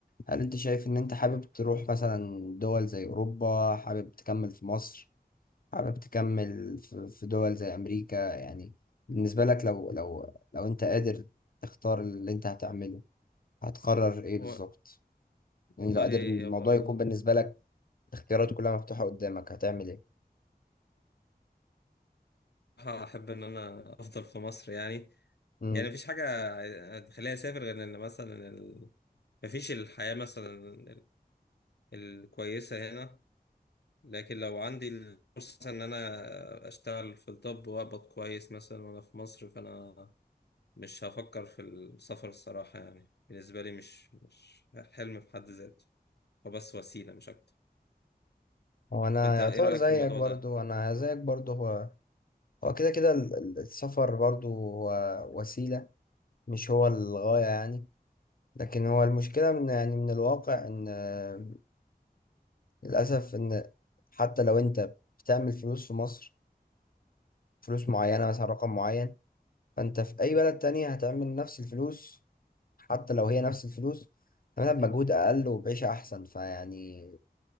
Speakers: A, on the left (about 60°); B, on the left (about 85°).
A: هل انت شايف ان انت حابب تروح مثلا دول زي اوروبا حابب تكمل في مصر حابب تكمل في في دول زي امريكا يعني بالنسبة لك لو لو لو انت قادر تختار اللي انت هتعمله هتقرر ايه بالظبط
B: هو
A: يعني
B: والله
A: لو قادر ان الموضوع
B: هو ال-
A: يكون بالنسبة لك الاختيارات كلها مفتوحة قدامك هتعمل
B: الصراحه احب ان انا افضل في مصر يعني
A: ايه
B: يعني مفيش حاجه تخليني اسافر غير ان مثلا ال... مفيش الحياه مثلا ال- الكويسه هنا لكن لو عندي الفرصة مثلا إن أنا أشتغل في الطب وأقبض كويس مثلا وأنا في مصر فأنا مش هفكر في السفر الصراحة يعني بالنسبة لي مش مش حلم في حد ذاته هو بس وسيلة مش أكتر
A: هو انا
B: وأنت
A: يعتبر
B: إيه رأيك
A: زيك
B: في الموضوع
A: برضو
B: ده؟
A: انا زيك برضو هو هو كده كده ال- ال- السفر برضو هو وسيلة مش هو الغاية يعني لكن هو المشكلة من يعني من الواقع ان آه، للأسف ان حتى لو انت بتعمل فلوس في مصر فلوس معينة مثلا رقم معين فانت في اي بلد تانية هتعمل نفس الفلوس حتى لو هي نفس الفلوس هتعملها بمجهود اقل وبعيشة احسن فيعني